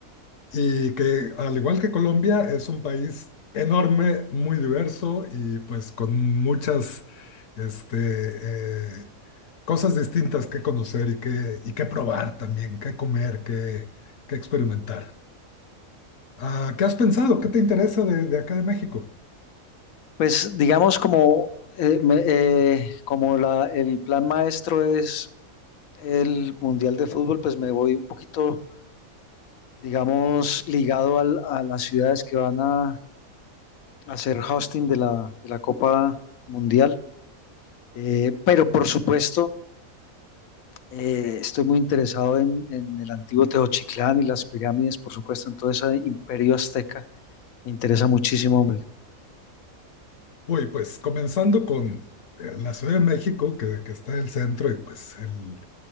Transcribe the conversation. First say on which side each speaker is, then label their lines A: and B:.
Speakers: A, on the left; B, on the left.
A: Y que al igual que Colombia es un país enorme, muy diverso y pues con muchas este, eh, cosas distintas que conocer y que, y que probar también, que comer, que, que experimentar. Ah, ¿qué has pensado? ¿Qué te interesa de, de acá de México?
B: Pues digamos como, eh, me- eh, como la, el plan maestro es el Mundial de Fútbol, pues me voy un poquito, digamos, ligado al- a las ciudades que van a hacer hosting de la, de la Copa Mundial. Eh, pero por supuesto, eh, estoy muy interesado en, en el antiguo Teotihuacán y las pirámides, por supuesto, en todo ese imperio azteca. Me interesa muchísimo, hombre.
A: Uy, pues comenzando con eh, la Ciudad de México, que, que está en el centro y pues el,